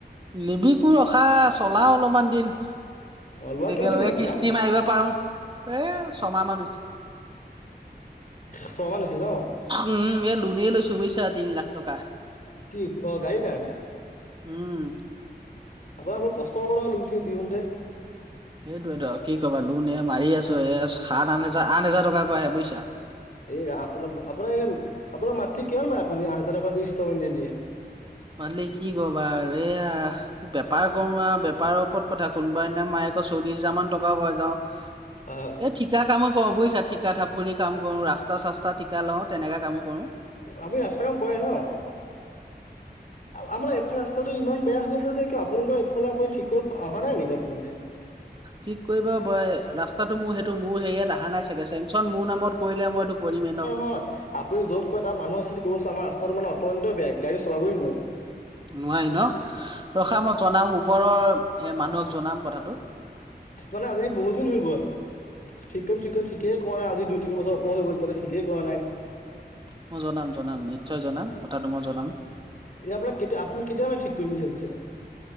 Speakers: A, on the right; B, on the left.
A: নিবিকো ৰখা চলাও অলপমান দিন।
B: অ লোৱা
A: যেতিয়ালৈকে
B: কিমান দিন হ'ল আপোনাৰ
A: কিস্তি মাৰিব পাৰোঁ, এ, ছমাহ মান হৈছে।
B: ছমাহ মান হৈছে ন'?
A: উম, এ, লোনেই লৈছোঁ বুইছা তিনি লাখ টকা।
B: কি অ' গাড়ীৰ কাৰণে?
A: উম।
B: আপোনাৰ বহুত কষ্ট হ'ব নহয় লোনখিনি দিওঁতে।
A: সেইটোৱেতো কি ক'বা লোন এ, মাৰি আছোঁ, এই সাত আঠ হাজাৰ টকাকৈ আহে বুজিছা।
B: এই ৰাম, আপোনা আপোনাৰ মান্থলী কিমান পায় আপুনি আঠ হাজাৰ টকা যদি ইনষ্টলমেণ্টে দিয়ে?
A: মান্থলী কি ক'বা আৰু এইয়া। বেপাৰ কৰোঁ আৰু বেপাৰৰ ওপৰত কথা, কোনোবা এদিনা মাহেকত আকৌ চল্লিশ হাজাৰ মান টকাও পাই যাওঁ।
B: হয় হয়।
A: এই ঠিকা কামে কৰোঁ বুজিছা, ঠিকা থাপলী কাম কৰোঁ ৰাস্তা ৰাস্তা চাস্তা ঠিকা লওঁ তেনেকা কামো কৰোঁ।
B: আপুনি ৰাস্তা কাম কৰে ন আমাৰ এফাল ৰাস্ত ৰাস্তাটো ইমান বেয়া হৈ আছে যে কিয় আপোনালোকৰ এই ফালে আপুনি কি ঠিক কৰিব পৰা নাই নেকি আপোনালোকে।
A: ঠিক কৰিব বই পা ৰাস্তাটো মোৰ সেই মোৰ হেৰিয়াত আহা নাই চাগে, চেংচন মোৰ নামত কৰিলে মই এইটো কৰিমেই ন'।
B: হয়, আপ পুনি য'ত কৰে তাত মানুহ আছে ক'বচোন, আমাৰ ৰাস্তাটো মান অত্যন্তই বেয়া গাডী চলাবই নোৱাৰি।
A: নোৱাৰি ন' ৰখা মই জনাম ওপৰৰ সেই মানুহক জনাম কথাটো।
B: মানে আজি বহু দিন হৈ গ'ল। ঠিক কৰিম ঠিক কৰিম ঠিকেই কৰা নাই, আজি দুই তিনি বছৰ ওপৰত হৈ গ'ল এতিয়ালৈ ঠিকেই কৰা নাই।
A: মই জনাম জনাম, নিশ্চয় জনাম কথাটো মই জনাম।
B: এয়া আপোনাক কেতিয়া আপুনি কেতিয়া মানে ঠিক কৰিম বুলি ভাবিছে?